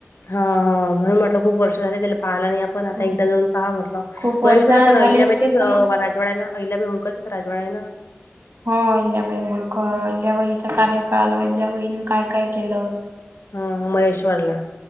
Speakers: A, on the left; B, on the right.
A: हा हा म्हणून म्हटलं खूप वर्ष झाले त्याला पाहाला नाही आणि पण आता
B: हम्म.
A: एकदा जाऊन पहा म्हटलं
B: खूप वर्ष
A: महेश्वरला
B: झाली
A: पण अल्याबाई
B: असतील
A: राजवाड्या
B: तर मग.
A: ना अहिल्याबाई होळकर अस राजवाड्याना आहेना.
B: हो अल्ल्याबाई होळकर अहिल्याबाईचा कार्यकाळ अहिल्याबाईने काय काय केलं.
A: ह महेश्वरला.